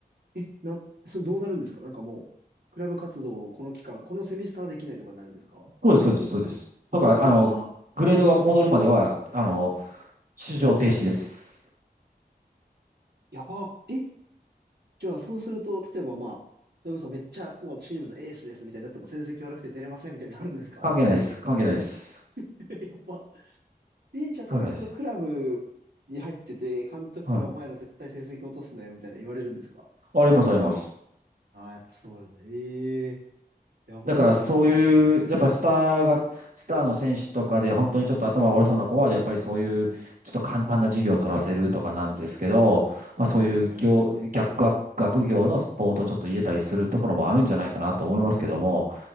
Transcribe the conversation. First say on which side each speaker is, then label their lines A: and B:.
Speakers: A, on the right; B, on the right.
A: え、な、それどうなるんですかなんかもう、クラブ活動をこの期間、このセミスターできないとかになるんですか
B: そうです、そうです、そうです。とか、
A: やば、
B: あの、グレードが戻るまでは、あの、出場停止です。
A: やば。え、じゃあ、そうすると、例えばまあ、それこそめっちゃもうチームのエースですみたいになっても成績悪くて出れませんみたいになるんですか
B: 関係ないです。関係ないです。
A: <laughs> やば。えーじゃあ、
B: 関係ないです。
A: 例えばそのクラブに入ってて、監督からお前ら絶対成績落とすなよみたいな言われるんですか
B: はい。あります、あります。
A: ああー、やっぱそうなんだ。ええーやばいっすね。
B: だからそういう、やっぱりスターが、スターの選手とかで本当にちょっと頭悪そうな子は、やっぱりそういう、ちょっと簡単な授業を取らせるとかなんですけど、まあそういう業、
A: えはいはいはい。
B: 逆、学学業のスポーツをちょっと入れたりするところもあるんじゃないかなと思いますけども、